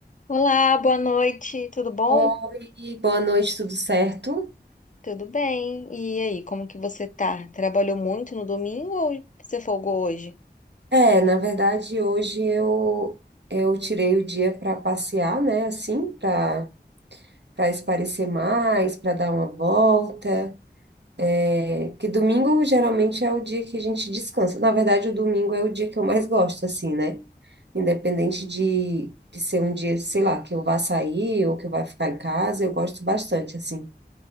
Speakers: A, on the left; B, on the right.
A: Olá, boa noite, tudo bom?
B: Oi, boa noite, tudo certo?
A: Tudo bem. E aí, como que você tá? Trabalhou muito no domingo ou você folgou hoje?
B: É, na verdade, hoje eu eu tirei o dia para passear, né? Assim, para para esparecer mais, para dar uma volta. É, que domingo geralmente é o dia que a gente descansa. Na verdade, o domingo é o dia que eu mais gosto, assim, né? Independente de, de ser um dia, sei lá, que eu vá sair ou que eu vá ficar em casa, eu gosto bastante, assim.